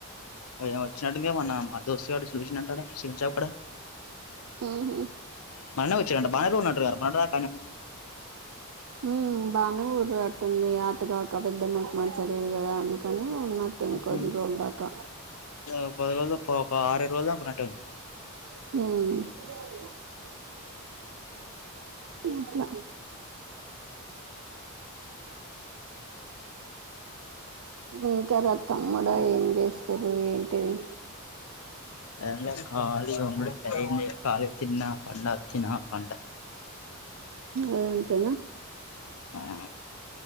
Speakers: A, on the left; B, on the right.
A: ఏమో వచ్చినట్టు ఉందిగా మొన్న మా దోస్తుగాడు చూసిండంట ఆడ చికెన్ షాప్ కాడ
B: మ్ హ్
A: మొన్ననే వచ్చిండంట బన ఉన్నటురు మన <inaudible>
B: హ్ బానే ఊర అట్టు ఉంది అటుగాక పెద్దమ్మకు మంచిగా లేదా అన్న అక్కనే ఉన్నట్టుంది
A: అదే
B: కొన్ని రోజుల్ దాకా
A: ఒక పది రోజులు ఒక ఆరై ఐదు రోజులు దాకా ఉన్నట్టుంది.
B: మ్ మట్లా ఉ కరబ్ తమ్ముడా ఏం చేస్తున్రు ఏంటిది.
A: ఏం లే కాలిగా ఉన్న ఏం లే కాలి తిన్న. పండ అచ్చిన పండ
B: అదంతేనా
A: ఆ